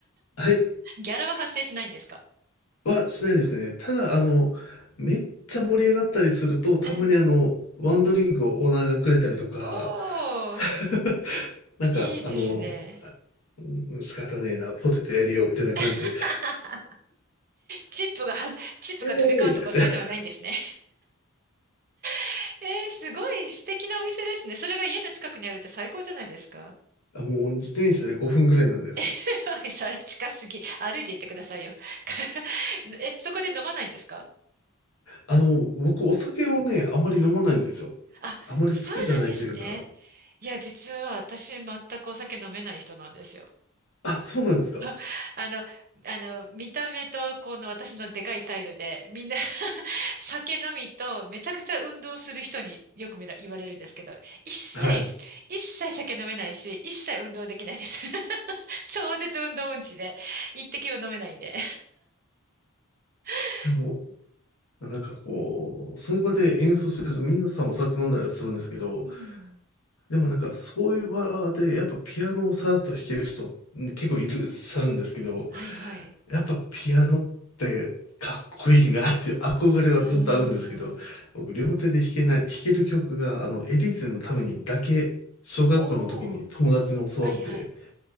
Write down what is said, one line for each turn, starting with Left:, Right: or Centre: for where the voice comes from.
Left: はい
Right: <laughs> ギャラは発生しないんですか
Left: はしないですね。ただ、あの、めっちゃ盛り上がったりすると、たまにあの、
Right: うん。
Left: ワンドリンクをオーナーがくれたりとか、
Right: おー、
Left: <laughs> なんか、
Right: いいですね。
Left: あの、うん仕方ねえな、ポテトやるよ、みたいな感じで、
Right: <laughs> チップがは、チップが飛び交うとかそういうのはないんですね。
Left: イエーイみたい
Right: <laughs> えー、すごい素敵なお店ですね。それが家の近くにあるって最高じゃないですか。
Left: な。もう自転車で5分ぐらいなんですよ。
Right: <laughs> はい、それ近すぎ。歩いて行ってくださいよ。<laughs> え、そこで飲まないんですか
Left: あの、僕、お酒をね、あまり飲まないんですよ。
Right: はい。あ、
Left: あまり好きじゃないというか。
Right: そうなんですね。いや、実は私全くお酒飲めない人なんですよ。
Left: あ、そうなんですか。
Right: <laughs> あの、あの、見た目とこの私のでかい態度で、みんな <laughs> 酒飲みとめちゃくちゃ運動する人によく見ら、言われるんですけど、一切、
Left: はい。
Right: 一切酒飲めないし、一切運動できないんです。<laughs> 超絶運動音痴で、一滴も飲めないんで。<laughs>
Left: でも、なんかこう、そういう場で演奏してると、皆さんお酒飲んだりはするんですけど、
Right: うん。
Left: でもなんかそういう場でやっぱピアノをさらっと弾ける人ん結構いらっしゃるんですけど、
Right: はいはい。
Left: やっぱピアノってかっこいいなっていう憧れはずっとあるんですけど、
Right: うーん。
Left: 僕両手で弾けない、弾ける曲があのエリーゼのためにだけ小学校の時に友達に教わって、
Right: おー。はいはい。